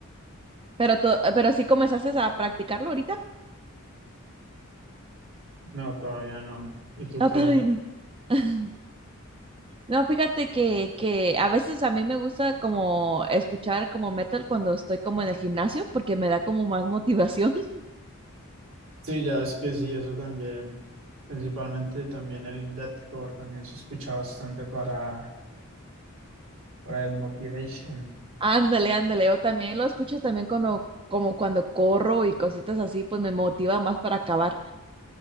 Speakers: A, on the right; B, on the right.
A: Pero, to- pero sí comenzaste a practicarlo ahorita.
B: No, todavía no. ¿Y tú
A: No,
B: qué?
A: todavía no. <laughs> No, fíjate que, que a veces a mí me gusta como escuchar como metal cuando estoy como en el gimnasio porque me da como más motivación. <laughs>
B: Sí, ya es que sí, eso también. Principalmente también el deathcore también se escucha bastante para, para el motivation.
A: Ándale, ándale. O también lo escucho también cuando, como cuando corro y cositas así, pues me motiva más para acabar.